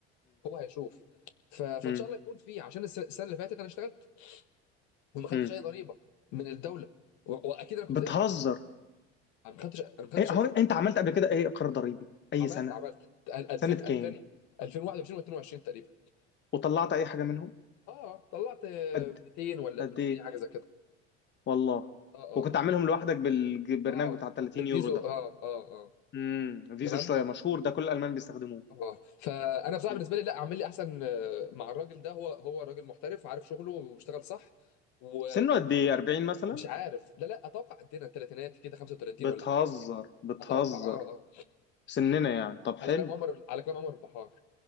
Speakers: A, on the left; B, on the left.
A: هو هيشوف ف... فان
B: امم
A: شاء الله يكون فيه عشان الس- السنه اللي فاتت انا اشتغلت وما خدتش
B: امم
A: اي ضريبه من الدوله و... واكيد انا كنت
B: بتهزر
A: ده انا ما خدتش انا ما خدتش
B: ايه هو
A: اي فلوس
B: انت عملت قبل كده ايه اقرار ضريبي اي
A: عملت
B: سنه
A: عملت 2000
B: سنه كام
A: 2000 2021 و22 تقريبا
B: وطلعت اي حاجه منهم
A: اه طلعت آه،
B: قد
A: 200 ولا
B: قد
A: 300
B: ايه
A: حاجه زي كده
B: والله
A: اه اه
B: وكنت عاملهم لوحدك بالبرنامج
A: اه
B: بتاع 30
A: بالبيزو
B: يورو ده
A: اه اه اه
B: امم فيزو
A: تمام
B: شويه مشهور ده كل الالمان بيستخدموه
A: اه فانا بصراحه
B: مم.
A: بالنسبه لي لا اعمل لي احسن آه، مع الراجل ده هو هو راجل محترف عارف شغله واشتغل صح و...
B: سنه قد ايه 40 مثلا
A: مش عارف لا لا اتوقع عندنا الثلاثينات كده 35
B: بتهزر
A: ولا حاجه
B: بتهزر
A: اتوقع اه اه
B: سننا يعني طب حلو
A: على كلام عمر على كلام عمر البحار